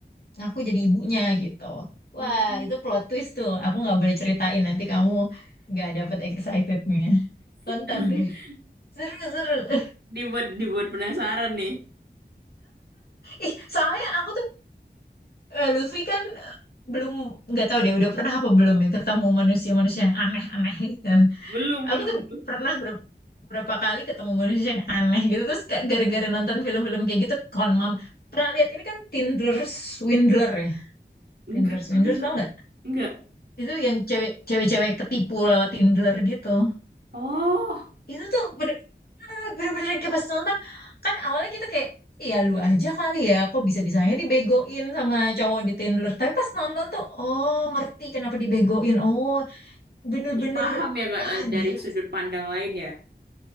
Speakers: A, on the left; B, on the right.
A: ngaku jadi ibunya gitu. Wah
B: Oh.
A: itu plot twist tuh. Aku nggak boleh ceritain nanti kamu nggak dapet excitednya. Tonton
B: <laughs>
A: deh. Seru seru. <laughs>
B: Dibuat, dibuat penasaran nih.
A: Ih soalnya aku tuh eh, Lutfi kan belum nggak tahu deh udah pernah apa belum ya ketemu manusia-manusia yang aneh-aneh gitu.
B: Belum, belum,
A: aku tuh
B: belum.
A: pernah ber- berapa kali ketemu manusia yang aneh gitu terus kayak gara-gara nonton film-film kayak gitu Con pernah lihat ini kan Tinder Swindler ya Tinder
B: Enggak,
A: Swindler
B: apa itu?
A: tau nggak
B: Enggak.
A: itu yang cewek cewek-cewek ketipu lewat Tinder gitu
B: Oh.
A: itu tuh bener-bener bener-bener kayak pas nonton kan awalnya kita kayak Iya lu aja kali ya, kok bisa-bisanya dibegoin sama cowok di Tinder. Tapi pas nonton tuh, oh ngerti kenapa dibegoin. Oh bener-bener,
B: Jadi paham ya Kak
A: wah
B: dari
A: gila
B: sudut pandang lain ya.